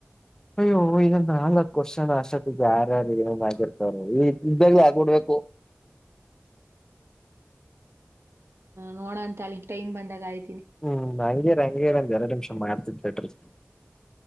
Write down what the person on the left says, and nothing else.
ಅ್ಯ ಇದನ್ ನಾಲ್ಕಕ್ ವರ್ಷನ ಅಷ್ಟೊತ್ತಿಗೆ ಯಾರ್ಯಾರು ಏಂದ ಆಗರ್ತವ್ರ ಈ್ದಾಗ ಆಗ್ಡ್ಬೇಕು.
ಹ್ಮ್ ಹಂಗೆ ಹಂಗೆ ಇರ್ ಒಂದ್ ಎರ್ಡ ನಿಮಿಷ ಮಾಡ್ತನ್ ತಡ್ರಿ